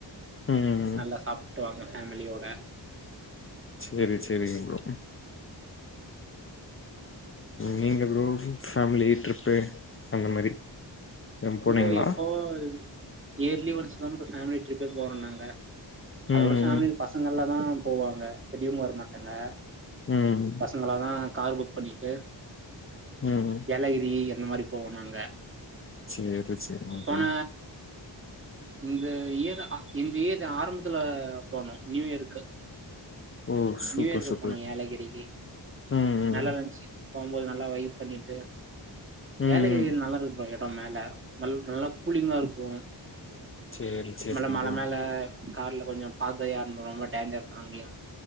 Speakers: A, on the left; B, on the right.
A: ம் ம் ம்
B: நல்லா சாப்ட்டு வாங்க ஃபேமிலியோட
A: சேரி சேரிங்க ப்ரோ நீங்க ப்ரோ ஃபேமிலி ட்ரிப்பு அந்த மாரி எதும் போனீங்களா
B: இங்கோ எப்பவோ இயர்லி ஒன்ஸ் தான் ப்ரோ ஃபேமிலி ட்ரிப்பே போறோம் நாங் க அதுவும்
A: ம்
B: ஃபேமிலில
A: ம்
B: பசங்கள்லா தான் போவாங்க பெரியோங்க வர மாட்ட டாங்க
A: ம்
B: பசங்களா தான் கார் புக் புக் பண்ணிட்டு
A: ம்
B: ஏலகிரி அந்த மாரி போவோம் நாங்க
A: சேரி செர்ராங்க்கா
B: போன இந்த இயர் இந்த இயர் ஆரம்பத்துல போனோம் நியூயருக்கு
A: ஓ சூப்பர்
B: நியூயர்கு
A: சூப்பர்
B: போனும் யேலகிரிக்கு
A: ம் ம்
B: நல்லா இருந்துச்சு போம்போது நல்லா வைப் பண்ணிட்டு
A: ம்
B: யேலக்குறி
A: ம்
B: நல்லா இருக்கு ப்ரோ மேல நல் நல்ல கூலிங்கா இருக்கும்
A: சேரி சேரிங்க
B: மேல மழ
A: ப்ரோ
B: மேல கார்ல கொஞ்சோம் பாதயாருன்ன ரொம்ப டேஞ்சர் இரு அங்கயா